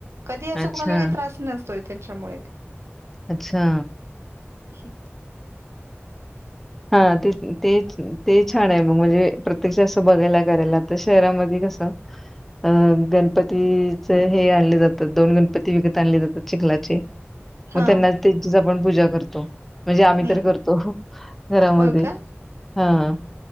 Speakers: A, on the right (about 75°); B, in the centre.
A: कधी असं
B: अच्छा,
A: कुणाला काहि त्रास नसतोय त्यांच्यामुळे
B: अच्छा.
A: हं.
B: हा तेच की तेच ते छान आहे. मग म्हणजे प्रत्यक्ष असं बघायला, करायला आता शहरामध्ये कसं? अं गणपतीच हे आणले जातात, दोन गणपती विकत आणले जातात चिखलाचे.
A: हां,
B: मग त्यांना त्यांचीच आपण पूजा करतो म्हणजे आम्ही
A: हं.
B: तरी करतो. घरामध्ये
A: होय का?
B: हां.